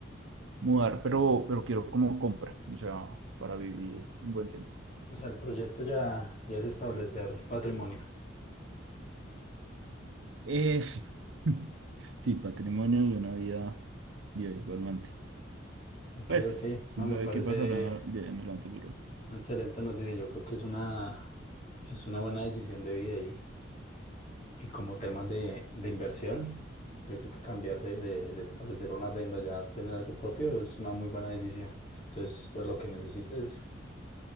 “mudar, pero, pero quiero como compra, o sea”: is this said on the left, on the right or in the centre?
Right